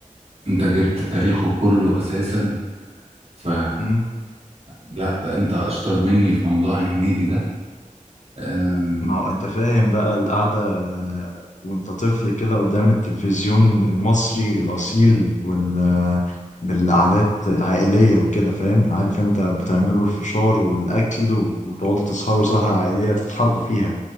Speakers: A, on the right; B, on the left.
A: انت جبت تاريخه كله اساسا ف
B: تاني؟
A: لا لا انت اشطر مني في موضوع هنيدي ده أم...
B: ما هو انت فاهم بقى القعدة وانت طفل كده قدام التلفزيون المصري الأصيل وال بالقعدات العائلية وكده فاهم عارف انت بتعملوا الفشار والأكل وتقعدوا تسهروا سهرة عائلية تضحكوا فيها